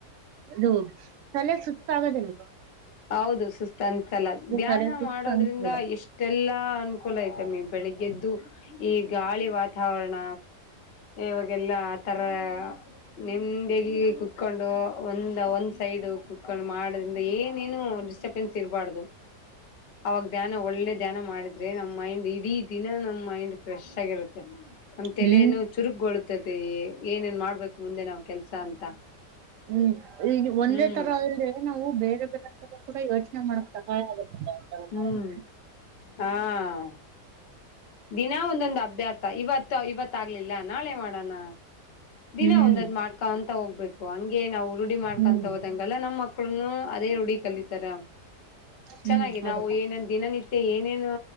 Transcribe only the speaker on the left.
ಹೌದು ಸುಸ್ತು ಅನ್ಸಲ ಧ್ಯಾನ
ಮಾಡೋದ್ರಿಂದ
ಎಷ್ಟೆಲ್ಲಾ ಅನುಕೂಲ ಐತ ಮ ಬೆಳಿಗ್ಗೆದ್ದು ಈ ಗಾಳಿ ವಾತಾವರಣ ಇವಾಗೆಲ್ಲ ಆ ತರ ನಿಮ್ದಗ ಕುೂತ್ಕೊಂಡು ಒಂದ ಒಂದ್ ಸೈಡ್ ಕುೂತ್ಕೊಂಡು ಮಾಡದ್ರಿಂದ ಏನೇನು ಡಿಸ್ಟರ್ಬೆನ್ಸ್ ಇರಬಾರ್ದು ಅವಾಗ ಧ್ಯಾನ ಒಳ್ಳೆ ಧ್ಯಾನ ಮಾಡಿದ್ರೆ ನಮ್ ಮೈಂಡ್ ಇಡೀ ದಿನ ನಮ್ ಮೈಂಡ್ ಫ್ರೆಶ್ ಆಗಿರುತ್ತೆ ನಮ್ ತಲೆಯನ
ಚುರುಗ್ಗೊಳ್ಳತತಿ ಏನೇನ್ ಮಾಡ್ಬೇಕು ಮುಂದೆ ನಾವ್ ಕೆಲ್ಸ ಅಂತ
ಹ್ಮ್
ಹ್ಮ್ ಹಾ ದಿನಾ ಒಂದೊಂದು ಅಭ್ಯಾಸ ಇವತ್ತು ಇವತ್ತ ಆಗ್ಲಿಲ್ಲ ನಾಳೆ ಮಾಡೋಣ ದಿನಾ
ಒಂದೊದ್ ಮಾಡ್ಕೊಂತ ಹೋಗ್ಬೇಕು ಹಂಗೆ ನಾವು ಉರುಡಿಿ ಮಾಡ್ಕೊಂತ
ಹೋದಂಗ ಎಲ್ಲ ನಮ್ಮ್ ಮಕ್ಕಳನು ಅದೇ ರೂಢಿ ಕಲಿತಾರ
ಚೆನ್ನಾಗಿದೆ
ನಾವು ಏನೇನ್ ದಿನನಿತ್ಯ ಏನೇನು